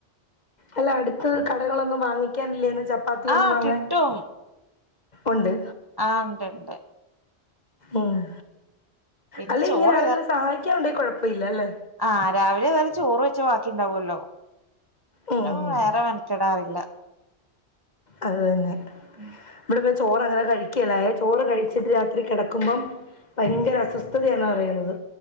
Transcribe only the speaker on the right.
ആഹ്
കിട്ടും
ആഹ് ഉണ്ട് ണ്ട്
പിന്നെ
ചോറ്
ആഹ രാവിലെ വല്ല ചോറ് വെച്ച ബാക്കി ഉണ്ടാവുല്ലോ പിന്നെ
വേറെ
മെനക്കെടാറില്ല
ഉം